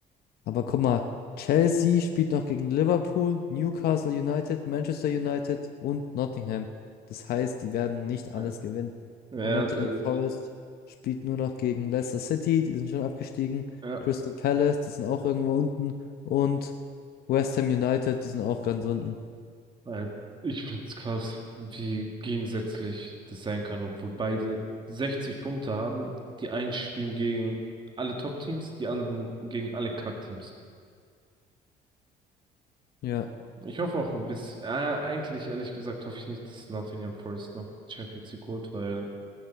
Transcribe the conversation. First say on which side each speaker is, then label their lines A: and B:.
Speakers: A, on the left; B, on the right.
A: Aber guck mal, Chelsea spielt noch gegen Liverpool, Newcastle United, Manchester United und Nottingham. Das heißt, die werden nicht alles
B: Ja,
A: gewinnen.
B: ja,
A: Und Nottingham
B: das,
A: Forest spielt nur noch gegen Leicester City, die sind schon abgestiegen,
B: ja.
A: Crystal Palace, die sind auch irgendwo unten und West Ham United, die sind auch ganz unten.
B: Weil ich find's krass, wie gegensätzlich das sein kann, obwohl beide 60 Punkte haben. Die einen spielen gegen alle Top-Teams, die anderen gegen alle Kack-Teams.
A: Ja.
B: Ich hoffe auch ein bisschen, äh, eigentlich ehrlich gesagt hoffe ich nicht, dass Nottingham Forest noch Champions League holt, weil